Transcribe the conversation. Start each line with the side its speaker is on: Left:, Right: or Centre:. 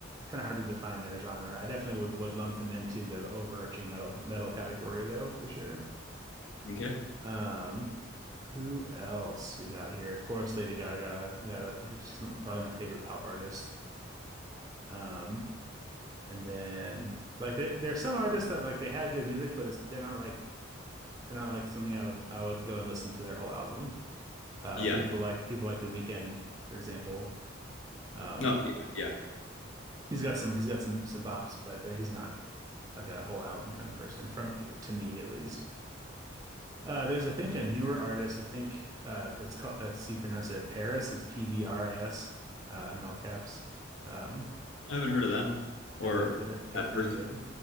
Right: kind of hard to define their genre. I definitely would would lump them into the overarching metal metal category though, for sure.
Left: Okay.
Right: Um, who else we got here? Of course, Lady Gaga. We got a, she's probably my favorite pop artist. Um, And then like they, there are some artists that like they have good music, but it's they're not like they're not like something I would I would go and listen to their whole album. Uh,
Left: Yeah.
Right: people like people like The Weeknd, for example. Um,
Left: No. Yeah. Yeah.
Right: he's got some he's got some some bops, but there, he's not like a whole album kind of person from to me at least. Uh, there's I think a newer artist. I think uh, it's called it's you pronounce it Paris. It's P V R I S uh, in all caps. Um,
Left: I haven't heard of them or
Right: yeah, they're they're they're
Left: that
Right: pretty
Left: person.
Right: good.